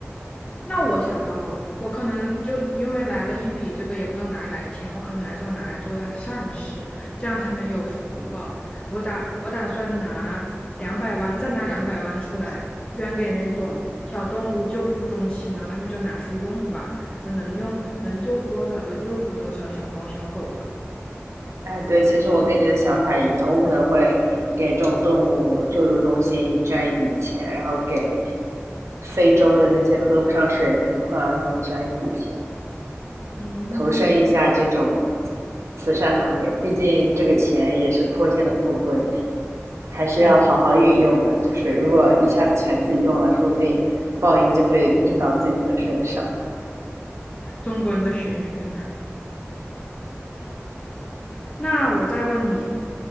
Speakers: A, on the left; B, on the right.
A: 那我想到了，我可能就因为来了一笔这个也不知道哪里来的钱，我可能还是要拿来做点善事，这样才能有福报。我打我打算拿两百万，再拿两百万出来捐给那种小动物救助中心，然后他们就拿去用吧，那能用能救助多少就救助多少小猫小狗的。
B: 哎，对，其实我跟你的想法一样，我可能会给这种动物救助中心捐一笔钱，然后给非洲的那些喝不上水的贫困儿童捐一笔钱，
A: 嗯，
B: 投身一下这种慈善行业。毕竟这个钱也是泼天的富贵。还是要好好运用的。
A: 对，
B: 就是如果一下子全自己用了，说不定报应就会印到自己的身上。
A: 中国人的玄学。那我再问你，